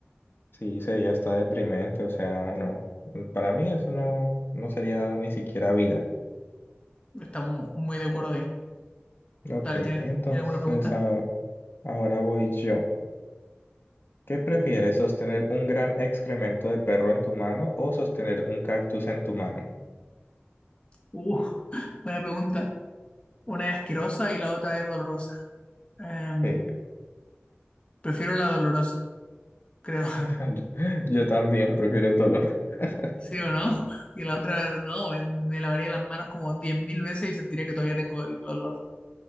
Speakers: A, on the left; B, on the left.
A: Sí, sería hasta deprimente, o sea, no. Para mí eso no, no sería ni siquiera vida.
B: Estamos muy de acuerdo ahí.
A: Ok,
B: Dale, ¿tienes,
A: entonces
B: ¿tienes alguna pregunta?
A: ahora, ahora voy yo. ¿Qué prefieres, sostener un gran excremento de perro en tu mano o sostener un cactus en tu mano?
B: Uh, <laughs> buena pregunta. Una es asquerosa y la otra es dolorosa. Em,
A: Sí,
B: prefiero la dolorosa, creo.
A: <laughs> yo, yo también prefiero el dolor. <laughs>
B: ¿Sí o no? Y la otra, no, me, me lavaría las manos como 10.000 veces y sentiría que todavía tengo el olor.